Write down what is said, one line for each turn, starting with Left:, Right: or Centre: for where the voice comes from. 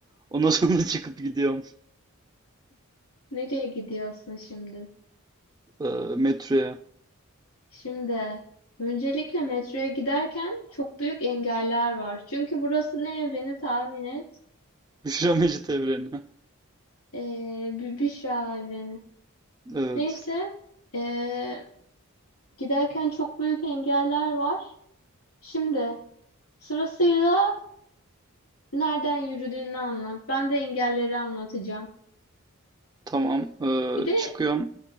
Right: Ondan sonra <laughs> çıkıp gidiyorum
Left: Nereye gidiyorsun şimdi?
Right: e, metroya.
Left: Şimdi öncelikle metroya giderken çok büyük engeller var. Çünkü burası ne evreni tahmin et?
Right: Büşra Mecit evrenine.
Left: Ee, bir Büşra evreni.
Right: Evet.
Left: Neyse ee, giderken çok büyük engeller var. Şimdi sırasıyla nereden yürüdüğünü anlat. Ben de engelleri anlatacağım.
Right: Tamam. e,
Left: Bir de
Right: çıkıyorum